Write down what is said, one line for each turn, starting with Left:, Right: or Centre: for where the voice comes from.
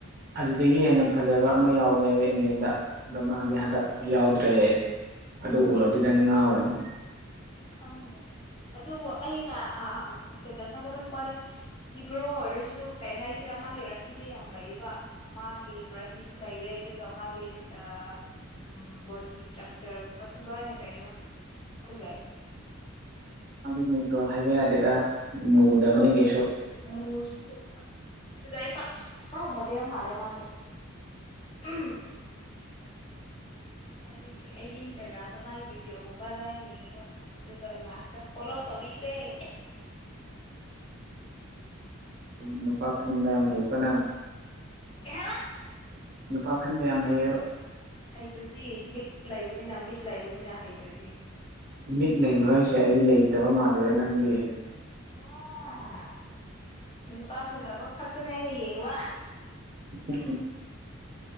Right: ꯑꯗꯨꯗꯒꯤ ꯍꯦꯟꯅ ꯐꯖꯕ ꯑꯃ ꯌꯥꯎꯕꯅꯦꯕ ꯏꯪꯂꯦꯟꯗ ꯑꯗꯣ ꯃꯥꯗꯤ ꯍꯟꯇꯛ ꯌꯥꯎꯗ꯭ꯔꯦ ꯑꯗꯨ ꯎꯔꯗꯤ ꯅꯪ ꯉꯥꯎꯔꯅꯤ
Left: ꯈꯪꯗꯦ ꯑꯗꯨꯕꯨ ꯑꯩꯅ ꯏꯁꯇꯦꯇꯁ ꯊꯒꯠꯄ ꯅꯨꯄꯥꯗꯤ ꯅꯤꯒ꯭ꯔꯣ ꯑꯣꯏꯔꯁꯨ ꯀꯩ ꯍꯥꯏꯁꯤꯔꯥ ꯃꯥꯒꯤ ꯔꯥꯁꯤꯗꯣ ꯌꯥꯝ ꯂꯩꯕ ꯃꯥꯒꯤ ꯔꯥꯁꯤꯁꯨ ꯂꯩꯔꯦ ꯑꯗꯨꯒ ꯃꯥꯒꯤ ꯑ ꯎꯝ ꯕꯣꯗꯤ ꯏꯁꯇ꯭ꯔꯛꯆꯔꯒꯨꯝꯕꯁꯨ ꯂꯣꯏꯅ ꯀꯩꯅꯣ ꯐꯖꯩ
Right: ꯑꯗꯨ ꯅꯦꯒꯔꫭ ꯍꯥꯏꯕ ꯌꯥꯗꯦꯗ ꯃꯨꯗꯕꯅꯦ ꯀꯩꯁꯨ
Left: ꯃꯨꯁꯨ ꯐꯖꯩꯄ ꯄꯨꯔꯥ ꯃꯣꯗꯦꯜ ꯃꯥꯜꯂꯦ ꯃꯥꯁꯦ ꯎꯝ ꯑꯗꯒꯤ ꯑꯩꯗꯤ ꯏꯟꯁꯇꯥꯒ꯭ꯔꯥꯝꯗ ꯃꯥꯒꯤ ꯚꯤꯗꯤꯑꯣꯒꯨꯝꯕ ꯂꯣꯏꯅ ꯌꯦꯡꯉꯤꯕ ꯑꯗꯨꯒ ꯂꯥꯁꯇ ꯐꫭꯂꫭ ꯇꯧꯕꯤꯈꯔꯦ
Right: ꯁꯨꯝ ꯅꯨꯄꯥ ꯈꯟꯕ ꯌꯥꯝ ꯍꯩꯀꯣ ꯅꯪ
Left: ꯀꯩ ꯍꯥꯏꯕ
Right: ꯅꯨꯄꯥ ꯈꯟꯕ ꯌꯥꯝ ꯍꯩꯌꯦꯕ
Left: ꯍꯩꯇ꯭ꯔꯗꯤ ꯃꯤꯠ ꯂꯩꯕꯅꯤꯅ ꯃꯤꯠ ꯂꯩꯕꯅꯤꯅ ꯍꯩꯇ꯭ꯔꯗꯤ
Right: ꯃꯤꯠ ꯂꯩꯕ꯭ꯔꯥ ꯍꯥꯏꯁꯦ ꯑꯩꯗꯤ ꯂꯩꯇꯕ ꯃꯥꯜꯂꯨꯔꯦ ꯅꯪꯗꯤ
Left: ꯍꯥ ꯅꯨꯄꯥ ꯐꯖꯕ ꯈꯛꯇꯅꯦ ꯑꯩꯅ ꯌꯦꯡꯕ
Right: ꯎ <unintelligible>